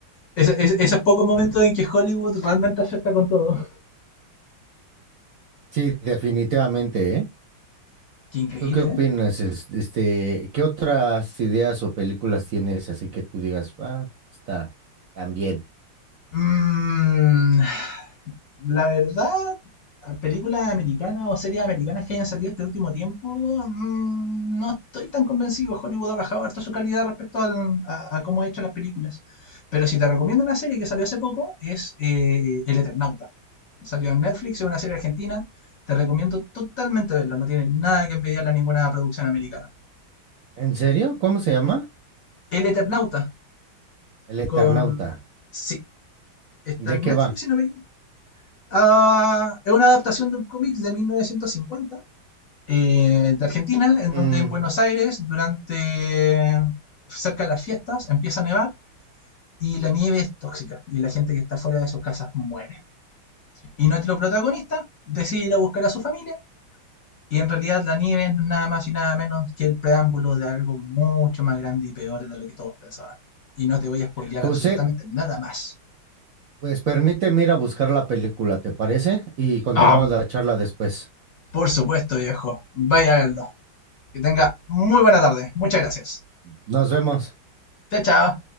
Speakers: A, on the left (about 55°); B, on the right (about 60°).
A: Ese- ese- esos pocos momentos en que Hollywood realmente acierta con todo.
B: Sí, definitivamente, ¿eh?
A: Qué increíble,
B: ¿Tú qué opinas?
A: ¿eh?
B: Es- Este, ¿qué otras ideas o películas tienes así que tú digas, ah, está también?
A: Mm, la verdad, películas americanas o series americanas que hayan salido este último tiempo, mm, no estoy tan convencido. Hollywood ha bajado harto su calidad respecto al- a, a cómo ha hecho las películas. Pero si te recomiendo una serie que salió hace poco, es eh, El Eternauta. Salió en Netflix, es una serie argentina. Te recomiendo totalmente verla, no tiene nada que envidiarle a ninguna producción americana.
B: ¿En serio? ¿Cómo se llama?
A: El Eternauta,
B: El Eternauta.
A: con... Sí, está
B: ¿De
A: en
B: qué
A: Netflix,
B: va?
A: si no me a- es una adaptación de un cómic de 1950 eh, de Argentina,
B: Mm,
A: en donde en Buenos Aires, durante cerca de las fiestas, empieza a nevar y la nieve es tóxica y la gente que está fuera de sus casas muere. Y nuestro protagonista decide ir a buscar a su familia y en realidad la nieve no es nada más y nada menos que el preámbulo de algo mucho más grande y peor de lo que todos pensaban. Y no te voy a spoilear
B: José,
A: absolutamente nada más.
B: pues permíteme ir a buscar la película, ¿te parece? Y continúa
A: Ah,
B: la charla después.
A: por supuesto, viejo. Vaya a verlo. Que tenga muy buena tarde. Muchas gracias.
B: Nos vemos.
A: Chao, chao.